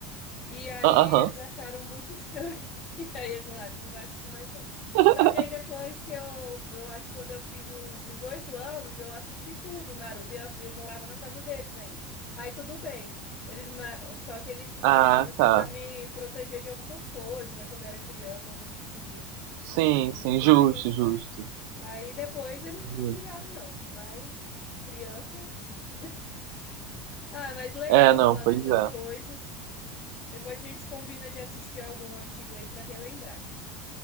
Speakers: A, on the left (about 45°); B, on the right (about 70°).
A: E aí
B: ah, aham.
A: eles acharam muito estranho. <laughs> E aí eles falaram, não vai assistir mais, não.
B: <laughs>
A: Só que aí depois que eu, eu acho que quando eu fiz uns 18 anos, eu assisti tudo, Naruto, e eu, eu morava na casa deles ainda. Aí tudo bem. Eles, ma- só que eles ficavam
B: Ah,
A: mais assim
B: tá.
A: pra me proteger de algumas coisas, né? Quando eu era criança, algum tipo de,
B: Sim,
A: de coisas
B: sim,
A: estranhas,
B: justo, justo,
A: né? Aí depois eles
B: justo.
A: não ligaram, não. Mas criança, sim. Ah, mas legal
B: É, não,
A: falar
B: pois
A: dessas
B: é.
A: coisas. Depois a gente combina de assistir algum antigo aí para relembrar.